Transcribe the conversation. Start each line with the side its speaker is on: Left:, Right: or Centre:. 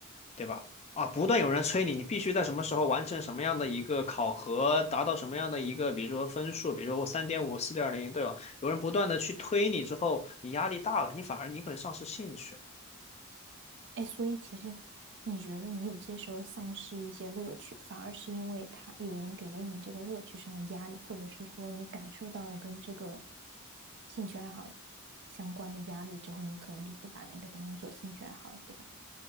Left: 对吧？啊，不断有人催你，你必须在什么时候完成什么样的一个考核，达到什么样的一个，比如说分数，比如说我三点五、四点零，对吧？有人不断的去推你之后，你压力大了，你反而你可能丧失兴趣
Right: 哎，所以其实你觉得你有些时候丧失一些乐趣，反而是因为他有人给了你这个乐趣上的压力，或者是说你感受到了跟这个兴趣爱好相关的压力之后，你可能就不把那个当做兴趣爱好了，对吧？